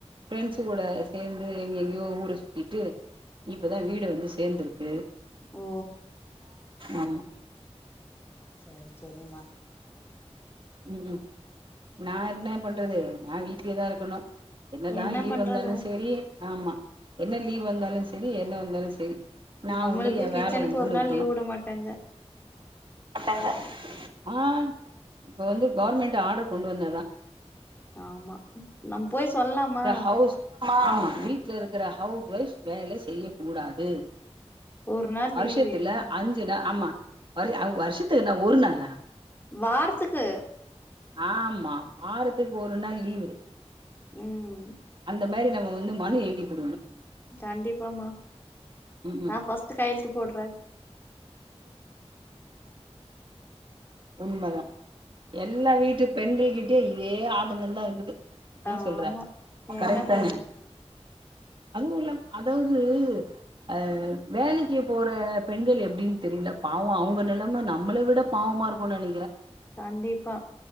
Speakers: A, on the right; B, on the left.
A: பிரெண்ட்ஸ் கூட சேந்து எங்க எங்கயோ ஊர சுத்தீட்டு இப்பதா வீடு வந்து சேந்துருக்கு
B: ஓ
A: ஆமா
B: சரி சரிம்மா
A: ம் ம் நா இருந்து என்ன பண்றது நா வீட்லயேதா இருக்கணு என்னதா
B: என்ன
A: லீவ்
B: பண்றது
A: வந்தாலு செரி ஆமா என்ன லீவ் வந்தாலு செரி என்ன வந்தாலு செரி நா
B: நம்மளுக்கு
A: உண்டு ஏ
B: கிச்சனுக்கு
A: வேல உண்டுன்னு
B: ஒரு நாள்
A: இருக்கணு
B: லீவ் விட மாட்டாங்க
A: அட்டாங்க ஆ இப்ப வந்து கவர்மெண்ட் ஆர்டர் கொண்டு வந்தாதா
B: ஆமா நம்ம போய் சொல்லலாமா
A: ஹவுஸ் ஆமா வீட்ல இருக்குற ஹவுஸ் ஒய்ஃப் வேல செய்யக் கூடாது
B: ஒரு நாள்
A: வருஷத்துல
B: லீவ் வேணு
A: அஞ்சி நாள் ஆமா வரு வருஷத்துக்கு என்ன ஒரு நாளா
B: வாரத்துக்கு
A: ஆமா வாரத்துக்கு ஒரு நாள் லீவு
B: ம்
A: இந்த மாரி நம்ம வந்து மனு எழுதி குடுக்கணு
B: கண்டிப்பாம்மா
A: ம் ம்
B: நா ஃபர்ஸ்ட் கையெழுத்து போடுறே
A: உண்மதா எல்லா வீட்டுப் பெண்கள்கிட்டயு இதே ஆதங்கோ தா இருக்குது என்ன
B: ஆமா
A: சொல்ற கரெக்டுதான
B: என்ன பண்றது
A: அதுவு இல்லமா அதாவது ஆ வேலைக்கி போற பெண்கள் எப்டின்னு தெரில இல்ல பாவோ அவுங்க நெலம நம்மள விட பாவமா இருக்குன்னு நெனக்கிறே
B: கண்டிப்பா